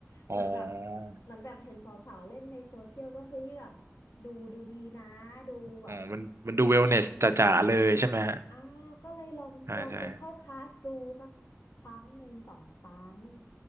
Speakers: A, on the left; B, on the right.
A: เหมือนแบบ
B: อ๋อ
A: เหมือนแบบเห็นสาวๆเล่นในโซเชียลก็เฮ้ยแบบดูดูดีนะดูแบบ
B: อ๋อมันมันดูเวลเนสจ๋าๆเลยใช่ไหมฮะ
A: อ่าก็เลยลองลองไปเข้าคลาสดูสักครั้งหนึ่งสองครั้ง
B: ใช่ใช่